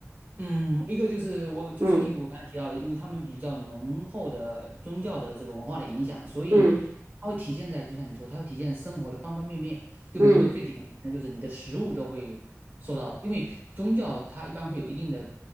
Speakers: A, on the right; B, on the right.
A: 嗯，一个就是我就是因为我刚才提到的，
B: 嗯
A: 因为他们比较浓厚的宗教的这个文化的影响，所以
B: 嗯。
A: 它会体现在就像你说，它会体现生活的方方面面。就比如说最典型的就是你的食物都会受到，
B: 嗯
A: 因为宗教它一般会有一定的